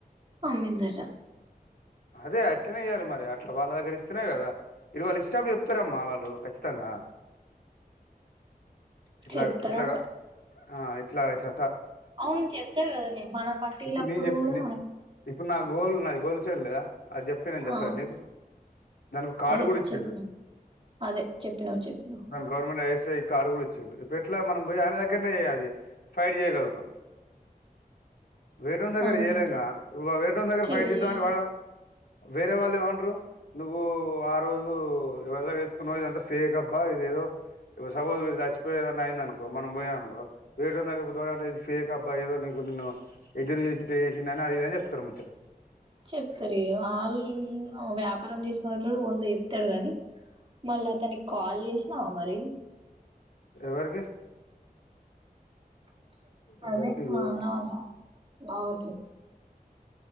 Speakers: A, on the right (about 35°); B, on the left (about 80°).
A: అమ్మిందట
B: అదే అట్లనే ఇయ్యాలి మరి అట్లా వాళ్ళ దగ్గర ఇస్తనే కదా ఇది వాళ్ళు ఇచ్చేటప్పుడు చెప్తారమ్మా వాళ్ళు ఖచ్చితంగా ఇట్లాగా
A: చెప్తారంట
B: ఇట్లాగా ఆ ఎట్ల ఇట్ల
A: అవును చెప్తారు కద నే మన పట్టీలప్పుడు
B: ఇప్పుడు నేను చెప్
A: కూడా
B: ఇప్పుడు నా గోల్ నాది గోల్డ్ చైన్ లేదా అది చెప్తే నేను చెప్పలే
A: ఆ
B: నీకు దానికో కార్డు
A: అదే
B: కూడా ఇచ్చిండు
A: చెప్పినవ్ అదే చెప్పినవ్ చెప్పినవ్
B: దాని గవర్నమెంట్ ఐ ఎస్ కార్డు కూడా వచ్చింది ఇప్పుడు ఎట్ల మనం పోయి ఆయన దగ్గరనే ఫైట్ చేయగలుగుతాం. వెరేటోడు దగ్గర
A: అంతే
B: చేయలేంగా ఇప్పు వేరేటోడు దగ్గర
A: చెయ్యాలే
B: ఫైట్ చేద్దామంటే వాడే వేరే వాళ్ళు ఏమంటరు నువ్వు ఆ రోజు ఎవరి దగ్గర తీసుకున్నవో ఇదంతా ఫేక్ అబ్బా ఇది ఏదో సపోజు మీరు చచ్చిపోయి ఏదన్న అయిదనుకో మనం పోయా అనుకో వేరే టోనీ దగ్గర <unintelligible> ఇది ఫేక్ అబ్బా ఏదోకు నీకు నిన్ను ఎడ్డోని చేసి ఇట చేసిండు అని అది ఇది అని చెప్తారు ముచ్చట
A: చెప్తారు ఇగ వాళ్ళు వ్యాపారం చేసుకునేటోడు వంద చెప్తాడు గని మళ్ళ అతనికి కాల్ చేసినావా మరి
B: ఎవరికి
A: <inaudible> అదే
B: ఎవరికి
A: మా
B: చేయలే
A: అన్న వాళ్ళ బావకి